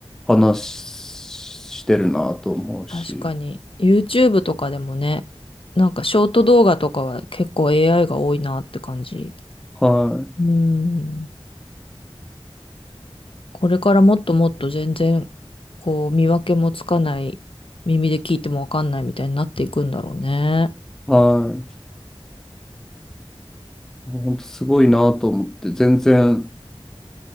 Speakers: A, in the centre; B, on the left (about 60°).
A: 話してるなと思うし、
B: 確かに。YouTube とかでもね、なんかショート動画とかは結構 AI が多いなって感じ。
A: は
B: うん。これからもっともっと全然、こう、見分けもつかない、耳で聞いてもわかんないみたいになっていくんだろうね。
A: い、はい、本当すごいなと思って、全然